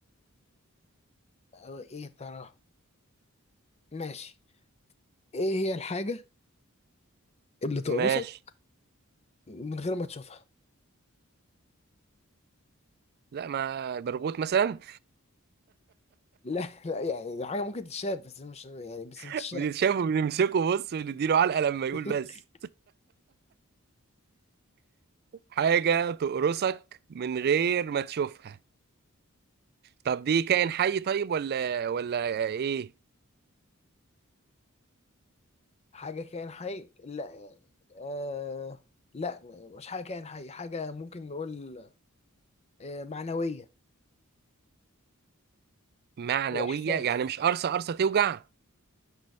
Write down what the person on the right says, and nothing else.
ماشي
لا ما برغوت مثلا
<laughs>
بتتشافه بنمسكه بص ونديله علقه لما يقول
بس حاجه تقرصك من غير ما تشوفها طب دي كائن حي طيب ولا ولا ايه
معنوية
يعني مش قرصة قرصة توجع